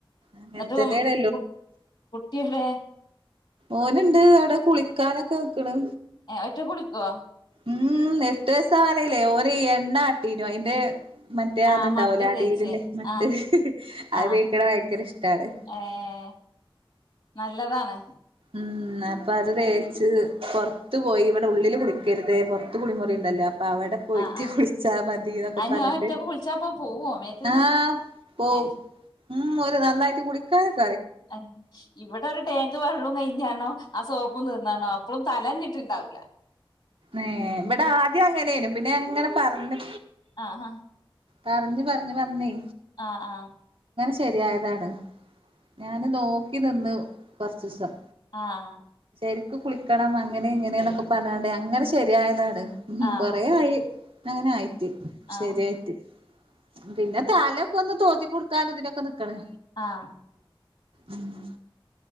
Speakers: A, on the right; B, on the left.
A: അങ്ങനെ
B: എന്നിട്ട്
A: തന്നെയാണ്
B: മ് കു കുട്ടി വിടെ
A: ഓനുണ്ട് അവിടെ കുളിക്കാനൊക്കെ നിക്ക്ണ്
B: ഏഹ് ഒറ്റക്ക് കുളിക്കുവോ.
A: ഉം എട്ട് വയസ്സാവാനായില്ലേ ഓൻ എണ്ണ ആട്ടിന് അയിന്റെ മറ്റേ
B: ആഹ്
A: അതുണ്ടാവുലെ
B: മട്ട
A: അടിയില്
B: തേച്ച്
A: മറ്റേ
B: ആഹ്
A: അത്
B: ആഹ്
A: തേക്കണ് ഭയങ്കര ഇഷ്ടാണ്.
B: ഏഹ് നല്ലതാണ്
A: ഉം അപ്പ അത് തേച്ച് പുറത്ത് പോയി ഇവിടെ ഉള്ളില് കുളി കരുത് പുറത്ത് കുളിമുറി ഉണ്ടല്ലോ അപ്പൊ അവിടെ പോയിട്ട്
B: ആഹ് ആഹ്
A: കുളിച്ചാ മതി എന്നൊക്കെ
B: അയിന്
A: പറഞ്ഞിട്ട്
B: ഒറ്റക്ക് കുളിച്ചാപ്പ പോവോ മേത്ത്ന്ന്
A: ആഹ് പോവും
B: ഏഹ്
A: മ് ഓല് നന്നായിട്ട് കുളി <unintelligible>
B: ആഹ് ഇവിടെ ഒരു ടാങ്ക് വെള്ളവും കഴിഞ് ട്ടാ ണോ ആ സോപ്പും തീർന്നാണോ അപ്പോഴും തല നനഞ്ഞിട്ടുണ്ടാവില്ല.
A: ഏഹ് ഇവിടെ ആദ്യം അങ്ങനെയേനും പിന്നെ അങ്ങനെ പറഞ്ഞ്
B: ആഹ്
A: പറഞ്ഞു പറഞ്ഞു പറഞ്ഞെ.
B: ആഹ് ആഹ്
A: ശരിയായതാ. <unintelligible> ഞാന് നോക്കി നിന്നു കൊറച്ച്സം.
B: ആഹ്
A: ശരിക്ക് കുളിക്കണം അങ്ങനെ ഇങ്ങനെയണൊക്കെ പറഞ്ഞോണ്ട്. അങ്ങനെ ശരിയായത്. അതാണ് ഉം
B: ആഹ് ആഹ്
A: കൊറെ ആയി അങ്ങനെ ആയിട്ട്
B: ആഹ്
A: ശരിയായിട്ട്. പിന്നെ തലയൊക്കെ ഒന്ന് തോർത്തി കൊടുക്കാനും ഇതിനൊക്കെ നിൽക്കണ്
B: ആഹ്
A: ഉം